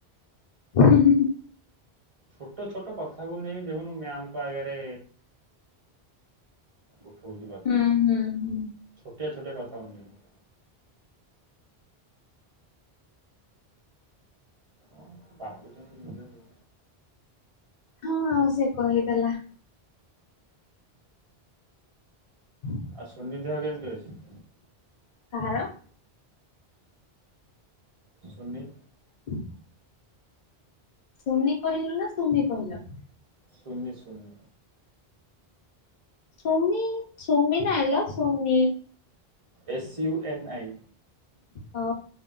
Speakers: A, on the left (about 55°); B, on the right (about 30°).
A: ହୁଁ ହୁଁ ହୁଁ
B: ଛୋଟୋ ଛୋଟୋ କଥାକୁ ନେଇକି ଦେଖୁନୁ ମ୍ୟାମ ଙ୍କ ଆଗେରେ ଉଠୋଉଚି କଥା
A: ହୁଁ ହୁଁ ହୁଁ।
B: ଛୋଟିଆ ଛୋଟିଆ କଥା କୁ ନେଇନି। କଣ ଭାବୁଚନ୍ତି ନିଜକୁ।
A: ହଁ ସେ କହିଦେଲା। <inaudible>
B: ଆଉ ସୁନି ଦେହ କେମିତି ଅଛି।
A: କାହାର।
B: ସୁନି।
A: <inaudible> ସୁନି କହିଲ ନା ସୁମି କହିଲ।
B: ସୁନି ସୁନି।
A: ସୁମି ସୁମି ନା ଆଲା ସୁନି
B: ଏସ୍ ୟୁ ଏନ୍ ଆଇ।
A: ହଁ।